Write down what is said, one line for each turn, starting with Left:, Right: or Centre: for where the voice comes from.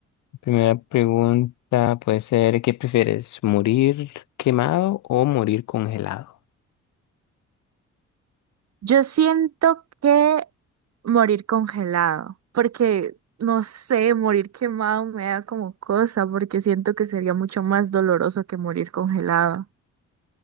Left: Primera pregunta puede ser, ¿qué prefieres? ¿Morir quemado o morir congelado?
Right: Yo siento que morir congelado, porque no sé, morir quemado me da como cosa, porque siento que sería mucho más doloroso que morir congelado.